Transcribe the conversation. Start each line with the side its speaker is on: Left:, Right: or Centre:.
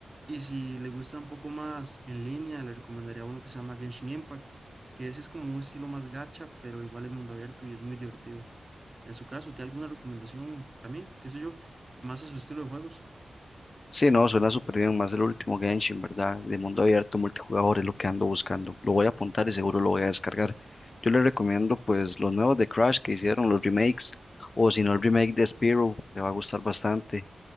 Right: Y si le gusta un poco más en línea, le recomendaría uno que se llama Genshin Impact, que ese es como un estilo más gacha, pero igual es mundo abierto y es muy divertido. En su caso, ¿tiene alguna recomendación para mí? ¿Qué sé yo? Más a su estilo de juegos.
Left: Sí, no, suena súper bien, más el último Genshin, ¿verdad? De mundo abierto, multijugador, es lo que ando buscando. Lo voy a apuntar y seguro lo voy a descargar. Yo le recomiendo pues los nuevos de Crash que hicieron, los remakes, o si no el remake de Spyro, le va a gustar bastante.